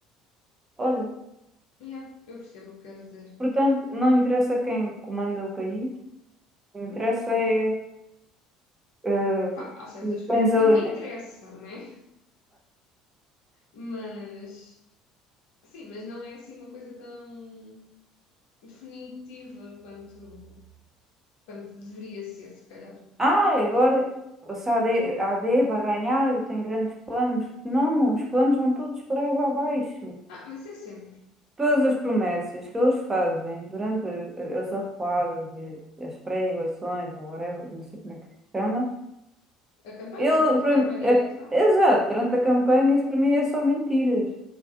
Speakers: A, on the right; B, on the left.
A: olha,
B: Yeah, eu percebo o que queres dizer.
A: portanto, não interessa quem comanda o país, o que interessa é eh,
B: Pá, há certas coisas
A: tens alimento.
B: em que interessa, né? Mas, sim, mas não é assim uma coisa tão definitiva quanto, quanto deveria ser, se calhar.
A: Ah, agora se a AD, a AD vai ganhar, eu tenho grandes planos. Não, os planos vão todos para água abaixo.
B: Ah, mas é sempre.
A: Todas as promessas que eles fazem durante a- as arruadas e as pré-eleições, ou whatever, não sei como é que se chama,
B: A campanha,
A: ele,
B: durante
A: para-
B: a campanha
A: é
B: eleitoral.
A: que- exato, durante a campanha, isso para mim é só mentiras.